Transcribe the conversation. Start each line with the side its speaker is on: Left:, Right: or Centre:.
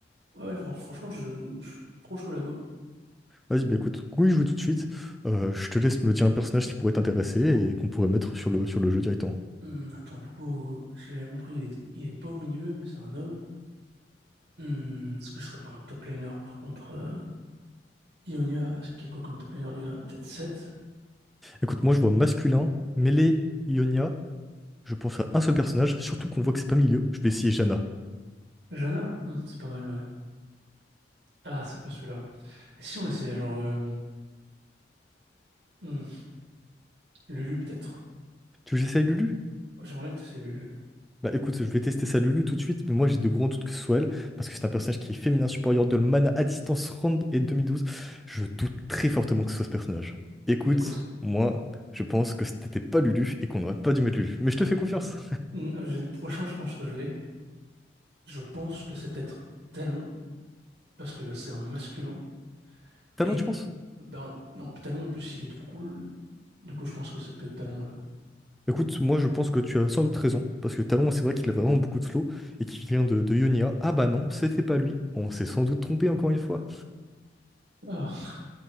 Right: Ouais, ouais, fran- franchement, je, je suis trop chaud, là, go.
Centre: Vas-y, bah écoute, oui, joue tout de suite. Euh, je te laisse me dire un personnage qui pourrait t'intéresser et qu'on pourrait mettre sur le, sur le jeu directement.
Right: Hmm, attends, du coup, si j'ai bien compris, il est, il est pas au milieu, mais c'est un homme. Hmm, est-ce que je serais pas un top laner, par contre? euh, Ionia, est-ce qu'il y a quoi comme top laner d'Ionia? Peut-être 7?
Centre: Écoute, moi je vois masculin, mêlé, Ionia. Je pense à un seul personnage, surtout qu'on voit que c'est pas milieu. Je vais essayer Jana.
Right: Jana? Hmm, c'est pas mal, ouais. Ah, c'est pas celui-là. Et si on essayait, genre, euh, hmm, Lulu, peut-être?
Centre: Tu veux que j'essaye Lulu?
Right: Ouais, J'aimerais bien tes Lulu.
Centre: Bah écoute, je vais tester ça Lulu tout de suite, mais moi j'ai de grands doutes que ce soit elle, parce que c'est un personnage qui est féminin supérieur de Man à distance Rand et 2012. Je doute très fortement que ce soit ce personnage. Écoute,
Right: Mais écoute,
Centre: moi, je pense que c'était pas Lulu et qu'on n'aurait pas dû mettre Lulu. Mais je te fais confiance.
Right: mm, j'ai le prochain, je pense que je l'ai. Je pense que c'est peut-être Talon, parce que bah, c'est un masculin.
Centre: <laughs> Talon,
Right: Et
Centre: tu penses?
Right: ben non, Talon en plus, il est trop cool. Du coup, je pense que ça peut être Talon, ouais.
Centre: Écoute, moi je pense que tu as sans doute raison, parce que Talon, c'est vrai qu'il a vraiment beaucoup de flow et qu'il vient de, de Ionia. Ah bah non, c'était pas lui. On s'est sans doute trompé encore une fois.
Right: Ah,